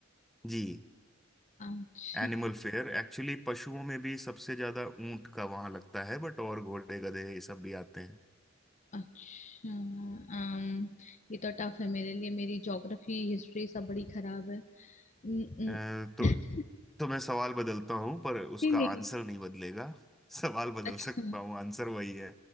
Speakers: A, in the centre; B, on the left (about 35°).
A: जी
B: है? अच्छा,
A: एनिमल फेयर एक्चुअली पशुओं में भी सबसे ज्यादा ऊंट का वहां लगता है बट और घोड़े गधे ये सब भी आते हैं
B: अच्छा um, ये तो टफ है मेरे लिए मेरी ज्योग्राफी हिस्ट्री सब बड़ी खराब है न- न-
A: अ,
B: <laughs>
A: तो तो मैं सवाल बदलता हूं पर उसका
B: नहीं नहीं
A: आंसर नहीं बदलेगा सवाल बदल
B: अच्छा
A: सकता हूँ आंसर वही है